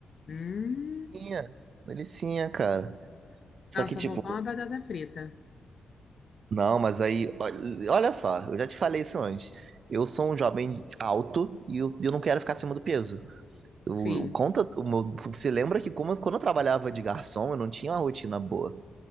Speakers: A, on the left; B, on the right.
A: Hum,
B: Delicinha, delicinha, cara. Só
A: nossa,
B: que, tipo,
A: faltou uma batata frita.
B: não, mas aí, olha olha só, eu já te falei isso antes. Eu sou um jovem alto e eu, eu não quero ficar acima do peso. Eu,
A: Sim.
B: eu conta, o meu- você lembra que como, quando eu trabalhava de garçom, eu não tinha uma rotina boa.